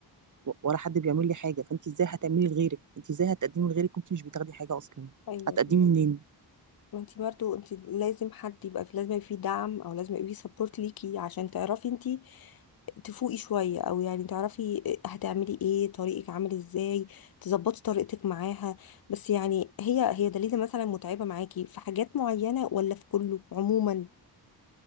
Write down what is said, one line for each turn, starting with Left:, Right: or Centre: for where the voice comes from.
Right: ولا حد بيعمل لي حاجه فانت ازاي هتعملي لغيرك انت ازاي هتقدمي لغيرك وانت مش بتاخدي حاجه اصلا
Left: ايوه
Right: هتقدمي منين
Left: ما انتي برضه انتي لازم حد يبقى في لازم يبقى فيه دعم او لازم يبقى فيه سبورت ليكي عشان تعرفي انتي تفوقي شويه او يعني تعرفي آه، هتعملي ايه طريقك عامل ازاي تظبطي طريقتك معاها بس يعني هي هي دليلة مثلا متعبه معاكي في حاجات معينه ولا في كله عموما